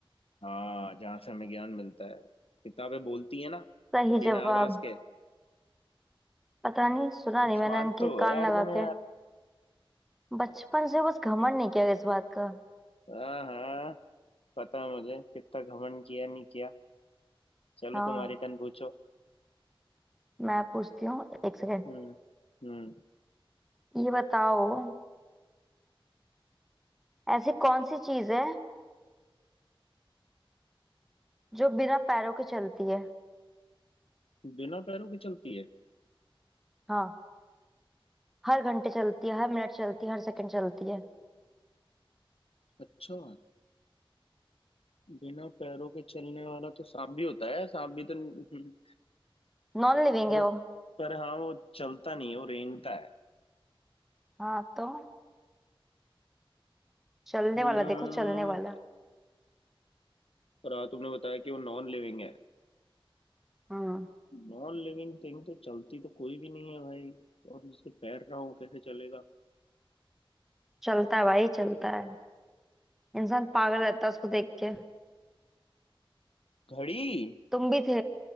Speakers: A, on the left; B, in the centre.
A: हाँ जहाँ से हमें ज्ञान मिलता है किताबें बोलती है ना
B: सही
A: बिना
B: जवाब
A: आवाज के
B: पता नहीं सुना नहीं
A: स्मार्ट
B: मैंने उनके
A: तो हो
B: कान
A: यार
B: लगा
A: तुम यार
B: के बचपन से बस घमंड नहीं किया इस बात का
A: हाँ हाँ पता है मुझे कितना घमंड किया नहीं किया चलो
B: हाँ
A: तुम्हारी टर्न पूछो
B: मैं पूछती हूँ एक सेकेंड
A: हम्म हम्म
B: ये बताओ ऐसी कौन सी चीज है जो बिना पैरों के चलती है
A: बिना पैरों के चलती है
B: हाँ हर घंटे चलती है हर मिनट चलती है हर सेकंड चलती है
A: अच्छा बिना पैरों के चलने वाला तो सांप भी होता है सांप भी तो <laughs>
B: नॉन लिविंग
A: पर
B: है
A: वो-
B: वो
A: पर हाँ वो चलता नहीं है वो रेंगता है
B: हाँ तो चलने
A: हम्म
B: वाला देखो चलने वाला
A: पर हाँ तुमने बताया कि वो नॉन लिविंग है
B: हम्म
A: नॉन लिविंग थिंग तो चलती तो कोई भी नहीं है भाई और जिसके पैर ना हो कैसे चलेगा
B: चलता है भाई चलता है इंसान पागल रहता है उसको देख के
A: घड़ी
B: तुम भी थे